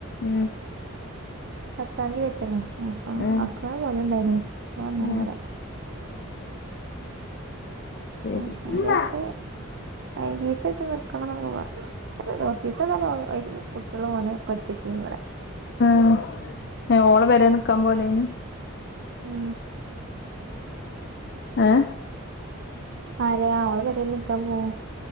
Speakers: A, on the left; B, on the right.
A: ഉം
B: പത്താംതീ പെറ്റ്ണ് അപ്പൊ
A: ഏഹ്
B: അവ്ട്ക്ക്ങ്ങനെ പോവല്ണ്ടായിനി ഇപ്പ വന്ന്ണ്
A: ഏഹ്
B: ഇവടെ
A: ശരി
B: ആഹ് അയിന്റെട്ത്ത് പയിനഞ്ചീസെറ്റെ നിക്കണന്നൊക്കെ പറഞ്ഞ് ഇച്ചറീല കൊറച്ചീസം ഇവടോലും കുട്ട്യേളും ഓനും ഒറ്റക്കേനിവടെ
A: ആഹ് ഏഹ് ഓളെ പെരേ നിക്കാൻ പോലേനി
B: ഉം
A: ഏഹ്
B: ആരേ ആഹ് ഓളെ പെരേല് നിക്കാൻ പോവും